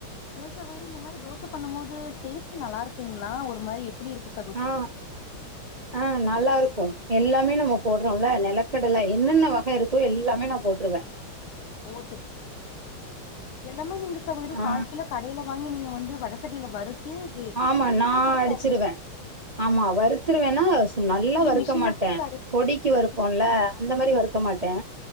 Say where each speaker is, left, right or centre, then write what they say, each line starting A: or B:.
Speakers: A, on the left; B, on the right.
A: ஏ சகோதரி இந்த மாரி தோச பண்ணும்போது டேஸ்ட்டு நல்லா இருக்குங்ளா ஒரு மாரி எப்டி இருக்
B: ஆ ஆ நல்லாருக்கு எல்லாமே நம்ம போட்றோ ல நெலக்கடல என்னென்ன வக இருக்கோ எல்லாமே நா போட்ருவ
A: ஓ சே எல்லாமே நீங்க சகோதரி
B: ஆ
A: கால் கிலோ கடைல வாங்கி நீங்க வந்து வட சட்டில வறுத்து கே
B: ஆமா
A: மிஷின்
B: நான்
A: ல குடுத்து
B: அடிச்சிருவேன்.
A: அறை
B: ஆமா வருத்துருவேனா ஸ் நல்லா வருறுக்க
A: மிஷின்ல
B: மாட்டே
A: குடுத்து அறு
B: பொடிக்கு வருப்போம்ல
A: மிஷ்
B: அந்த மாதிரி வரு க்க மாட்டே